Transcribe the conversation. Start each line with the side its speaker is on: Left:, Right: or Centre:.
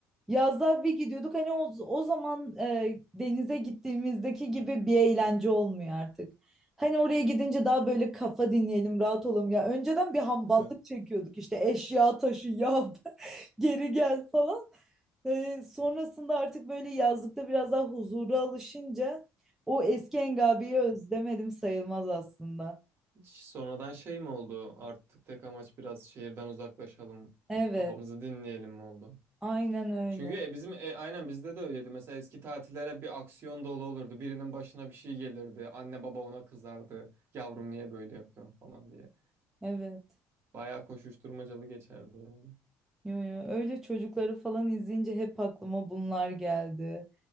Centre: Yazda bir gidiyorduk hani o, o zaman e, denize gittiğimizdeki gibi bir eğlence olmuyor artık. Hani oraya gidince daha böyle kafa dinleyelim, rahat olalım ya. Önceden bir hamballık
Right: evet.
Centre: çekiyorduk işte eşya taşı ya <laughs> geri gel falan. E, sonrasında artık böyle yazlıkta biraz daha huzura alışınca o eski Engabi'yi özlemedim sayılmaz aslında.
Right: Ş- Sonradan şey mi oldu? Artık tek amaç biraz şehirden uzaklaşalım.
Centre: Evet,
Right: Kafamızı dinleyelim mi oldu?
Centre: aynen öyle.
Right: Çünkü e, bizim e, aynen bizde de öyleydi. Mesela eski tatillere bir aksiyon dolu olurdu. Birinin başına bir şey gelirdi. Anne baba ona kızardı. Yavrum niye böyle yapıyorsun falan diye.
Centre: Evet.
Right: Bayağı koşuşturmacalı geçerdi yani.
Centre: Yo yo öyle çocukları falan izleyince hep aklıma bunlar geldi.